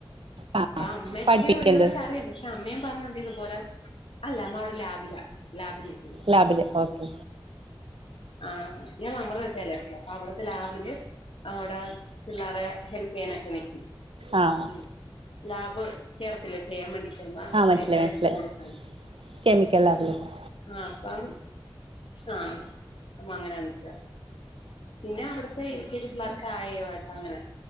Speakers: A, on the right; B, on the left.
A: ആ
B: അപ്പൊ അമ്മക്ക്
A: പഠിപ്പിക്കുന്നത്
B: ഒരുവിതക്കെറിം പക്ഷെ അമ്മയും പറഞ്ഞണ്ട് ഇതുപോലെ അല്ല അമ്മ അവിടെ ലാബില ലാബിൽ നിൽക്കുന്നു
A: ലാബില് ഓക്കെ
B: ആഹ് ഞാൻ നമ്മടെ വിദ്യാലയത്തിലാ അവിടത്തെ ലാബില് അവിടെ പിള്ളേരെ ഹെൽപ്പ് ചെയ്യാനൊക്കെ നിക്കും.
A: ആഹ്
B: ഉം ലാബ് കേറത്തില്ലേ ചെയ്യാൻ മേണ്ടി ചെന്ന് അവിടുത്തെ
A: ആഹ് മനസ്സിലായി
B: എല്ലാം
A: മനസ്സിലായി
B: എടുത്തു കൊടുക്കാനും
A: കെമിക്കൽ ലാബിലൊക്കെ
B: ആ അപ്പം ആ അങ്ങനെന്നെ പിന്നെ അവിടത്തെ യു കേ ജി പിള്ളേർക്ക് ആയയുമായിട്ടങ്ങനെ